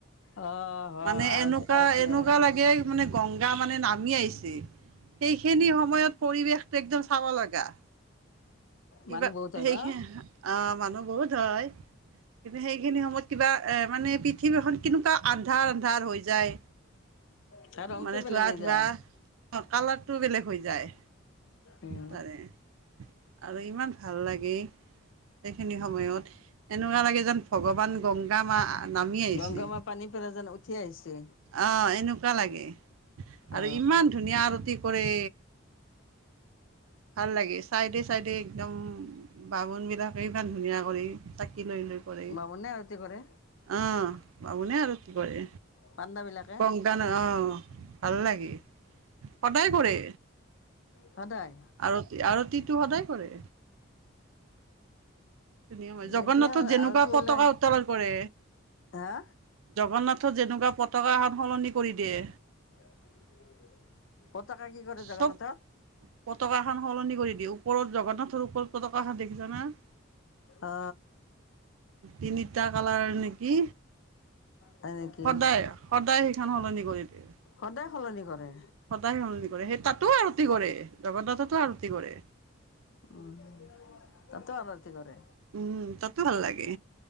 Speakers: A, on the left; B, on the right.
A: অ' হয়
B: মানে
A: আৰতি
B: এনেকুৱা
A: আৰতি
B: এনেকুৱা
A: হয়।
B: লাগে মানে গংগা মানে নামি আহিছে সেইখিনি সময়ত পৰিৱেশটো একদম চাব লগা কিবা
A: মানুহ বহুত হয়
B: সেইখিন
A: ন?
B: অহ মানুহ বহুত হয়। কিন্তু সেইখিনি সময়ত কিবা এ াৰ মানে পৃথিৱী এখন কেনেকুৱা আন্ধাৰ আন্ধাৰ হৈ যায়
A: তাৰ ৰংটো
B: মানে
A: বেলেগ
B: ধোৱা
A: হৈ
B: ধোৱা
A: যায়
B: কালাৰটো বেলেগ হৈ যায়
A: এই
B: তাৰে। আৰু ইমান ভাল লাগে সেইখিনি সময়ত এনেকুৱা লাগে যেন ভগৱান গংগা মা নামি আহিছে
A: গংগামাৰ পানী পেলাই যেন উঠি আহিছে
B: অ' এনেকুৱা লাগে আৰু
A: অ
B: ইমান ধুনীয়া আৰতি কৰেৰে ভাল লাগে চাইডে-চাইডে একদম বামুন বিলাকে ইমান ধুনীয়া কৰি। কি লৈ লৈ কৰে
A: বামুণে আৰতি কৰে
B: আহ বাবুনেে আৰতি কৰে
A: পাণ্ডা বিলাকে
B: কং গান অ ভাল লাগি কদায় কৰে
A: সদায়
B: আৰতি আৰতিটো সদায় কৰে ধুনীয়া ম জগন্নাথত
A: এতিয়া
B: যেনেকুৱা
A: আৰতি বোলে
B: পতকা উত্তোলন কৰে
A: হা
B: জগন্নাথ যেনেকুৱা পতাক সান সলনি কৰি দিয়ে
A: <unintelligible> কি কৰে জগন্নাথত
B: চব পতকাখন সলনি কৰি দিিয় ওপৰত জগন্নাথ ওপৰত পতকাখান দেখিছ না অহ,
A: অ
B: তিনিটা কালাৰ নেকি
A: হয় নেকি
B: সদায় সদায় সেইখন সলনি কৰি দিয়ে
A: সদায় সলনি কৰে।
B: সদায় সলনি কৰে সেই তাতো আৰতি কৰে জগন্নাথতো আৰতি কৰে।
A: উম, তাতে আৰতি কৰে।
B: উম, তাতো ভাল লাগে।